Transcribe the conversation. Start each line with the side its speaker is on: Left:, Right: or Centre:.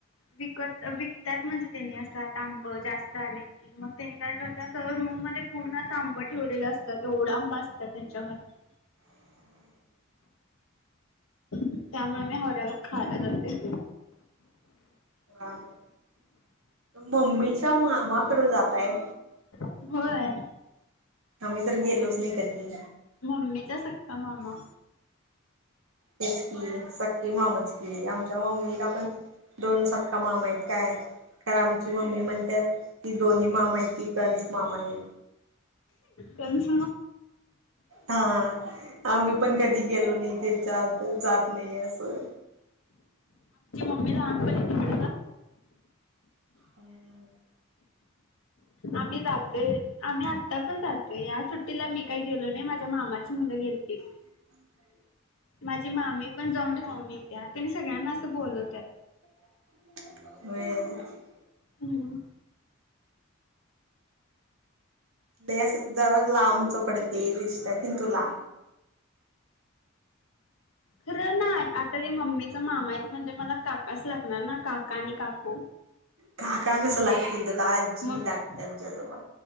Left: विकत विकत्यात म्हणजे त्यांनी अस, आता आंब जास्त आलेत की, मग त्यानी काय कर त्यासह रूम मध्ये पूर्णच आंब ठेवलेलं असतं, ते एवढांब असतात त्यांच्या घरात. त्यामुळे मी हावऱ्यागत खायला जाते.
Right: हां, मम्मीच्या मामाकड जाताय.
Left: होय.
Right: आम्ही तर गेलोच, नही कधी.
Left: मम्मीचा सक्का मामा.
Right: हेच की, सक्के मामच की, आमच्या मम्मीला पण दोन सक्का मामा हाय त काय? कारन आमची मम्मी म्हणत्या, ती दोन्ही मामा येत ती कंस मामा ये.
Left: कंच
Right: आ आम्ही पण कधी गेलो नायं त्यांच्या आत जात नायं असं.
Left: माझी लहानपणीची
Right: काय नाय
Left: आम्ही जातोय आम्ही आत्ता पण जातोय या सुट्टीला मी कायं गेलो नायं माझ्या मामाची मुलं गेलती.
Right: <unintelligible>
Left: माझी मामी पण जाऊन राहून येत्या त्यांनी सगळ्यांना असं बोलवत्यात.
Right: व्हय.
Left: हम्म
Right: लय अस जरा लांबचं पडते रिश्ता तीन तुला
Left: खरं नायं आता ते मम्मीच मामा आहेत म्हणजे मला काकाच लागणार ना काका आणि काकू
Right: काका कसं लागतील तुला आजी
Left: मग
Right: लागते आजी आजोबा